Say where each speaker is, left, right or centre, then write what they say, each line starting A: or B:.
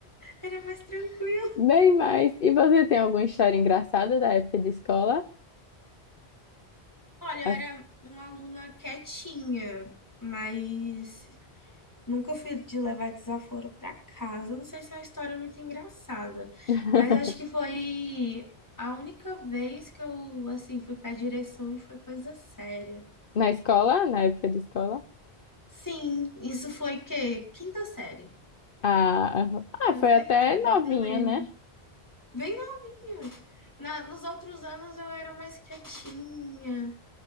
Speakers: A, on the left (about 15°); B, on the left (about 55°).
A: era mais tranquilo.
B: bem mais. E você tem alguma história engraçada da época de escola?
A: Olha, eu
B: As-
A: era uma aluna quietinha, mas Nunca fui de levar desaforo pra casa. Não sei se é uma história muito engraçada,
B: <laughs>
A: mas acho que foi a única vez que eu, assim, fui pra direção e foi coisa séria.
B: Na escola, na época de escola?
A: Sim, isso foi quê? Quinta série.
B: Ah, ah,
A: Tenho
B: foi
A: certeza,
B: até novinha,
A: ainda lembro.
B: né?
A: Bem novinha. Na, nos outros anos eu era mais quietinha,